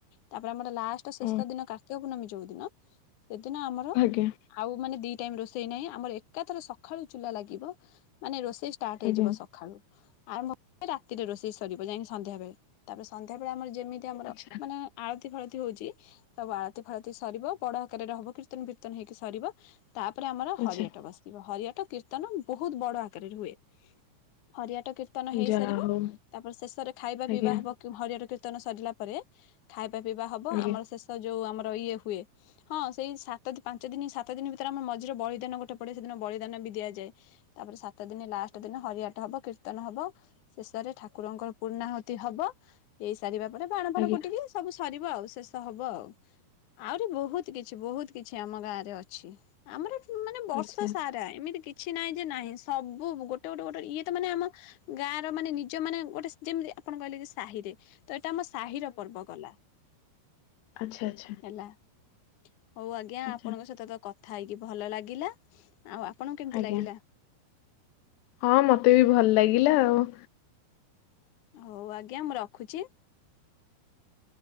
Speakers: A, on the left; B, on the left.
A: ତାପରେ ଆମର ଲାଷ୍ଟ ଶେଷ
B: ଓ
A: ଦିନ କାର୍ତ୍ତିକ ପୂର୍ଣ୍ଣମୀ ଯୋଉ ଦିନ ସେଦିନ ଆମର
B: ଆଜ୍ଞା
A: ଆଉ ମାନେ ଦି ଟାଇମ୍ ରୋଷେଇ ନାହିଁ। ଆମର ଏକାଥରେ ସକାଳୁ ଚୁଲା ଲାଗିବ ମାନେ ରୋଷେଇ ଷ୍ଟାର୍ଟ ହେଇଯିବ
B: ଆଜ୍ଞା
A: ସକାଳୁ। ଆରମ୍ଭ ରାତିରେ ରୋଷେଇ ସରିବ ଯାଇକି ସନ୍ଧ୍ୟା ବେଳେ। ତାପରେ ସନ୍ଧ୍ୟା ବେଳେ ଆମର ଯେମିତି ଆମର
B: ଆଚ୍ଛା
A: ମାନେ ଆଳତୀ ଫାଳତୀ ତି ହଉଛି ସବୁ ଆଳତି ଫାଳତି ସରିବ। ବଡ ଆକାରରେ ହବ କୀର୍ତ୍ତନ ଫୀର୍ତ୍ତନ ହେଇକି ସରିବ ତାପରେ ଆମର
B: ଆଚ୍ଛା
A: ହରିଆଟ ବସିିବ, ହରିଆଟ କୀର୍ତ୍ତନ ବହୁତ ବଡ ଆକାରରେ ହୁଏ, ହରିଆଟ କୀର୍ତ୍ତନ ହେଇ
B: ଯାହା
A: ସାରିବ,
B: ହଉ
A: ତାପରେ ଶେଷରେ ଖାଇବା
B: ଆଜ୍ଞା
A: ପିଇବା ହବ ହରିଆର କୀର୍ତ୍ତନ ସରିଲା ପରେ ଖାଇବା ପିଇବା ହବ
B: ଆଜ୍ଞା
A: ଆମର ଶେଷ ଯୋଉ ଆମର ଇଏ ହୁଏ, ହଁ ସେଇ ସାତ ପାଞ୍ଚ ଦିନ ସାତ ଦିନ ଭିତରେ ଆମର ମଝିରେ ବଳିଦାନ ଗୋଟେ ପଡେ ସେଦିନ ବଳିଦାନ ବି ଦିଆଯାଏ। ତାପରେ ସାତ ଦିନ ଲାଷ୍ଟ ଦିନ ହରିଆଟ ହବ କୀର୍ତ୍ତନ ହବ, ଶେଷରେ ଠାକୁରଙ୍କର ପୁର୍ଣ୍ଣାହୁ ହବ ହେଇସାରିବା ପରେ ବାଣ
B: ଆଜ୍ଞା
A: ଫାଣ ଫୁଟିକି ସବୁ ସରିବ ଆଉ ଶେଷ ହବ ଆଉ ଆହୁରି ବହୁତ କିଛି, ବହୁତ କିଛି ଆମ ଗାଁରେ ଅଛି ଆମର ମାନେ ବର୍ଷା
B: ଆଚ୍ଛା
A: ସାରା, ଏମିତି କିଛି କିଛି ନହିଁ ଯେ ନାହିଁ ସବୁ ଗୋଟେ, ଗୋଟେ, ଗୋଟେ, ଇଏ ତ ମାନେ ଆମ ଗାଁ ର ମାନେ, ନିଜ ମାନେ ଗୋଟେ ଯେମିତି ଆପଣ କହିଲେ କି ସାହିରେ ତ ଏଇଟା ଆମ ସାହିର ପର୍ବ ଗଲା।
B: ଆଛା ଆଚ୍ଛା।
A: ହେଲା ହଉ ଆଜ୍ଞା।
B: ଆଚ୍ଛା
A: ଆପଣଙ୍କ ସହିତ ତ କଥା ହେଇକି ଭଲ ଲାଗିଲା। ଆଉ ଆପଣଙ୍କୁ କେମିତି
B: ଆଜ୍ଞା।
A: ଲାଗିଲା?
B: ହଁ ମତେ ବି ଭଲ ଲାଗିଲା ଆଉ
A: ହଉ ଆଜ୍ଞା। ମୁଁ ରଖୁଛି।